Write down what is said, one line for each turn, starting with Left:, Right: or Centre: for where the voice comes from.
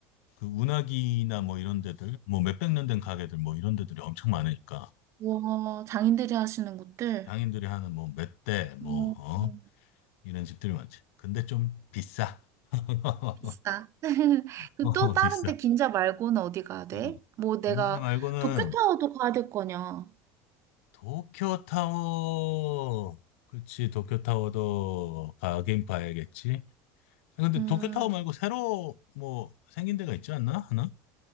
Left: 그 운하기나 뭐 이런 데들, 뭐 몇백 년 된 가게들 뭐 이런 데들이 엄청 많으니까
Right: 우와, 장인들이 하시는 곳들.
Left: 장인들이 하는 뭐 멧돼 뭐
Right: 음,
Left: 어?
Right: 음.
Left: 이런 집들이 많지. 근데 좀 비싸. <laughs>
Right: 비싸. <laughs> 그또
Left: 어,
Right: 다른
Left: 비싸.
Right: 데 긴자 말고는 어디 가야 돼?
Left: 어.
Right: 뭐 내가
Left: 빈자 말고는
Right: 도쿄타워도 가야 될 거냐?
Left: 도쿄타워. 그치, 도쿄타워도 가긴 봐야겠지. 아, 근데
Right: 음,
Left: 도쿄타워 말고 새로 뭐 생긴 데가 있지 않나? 하나?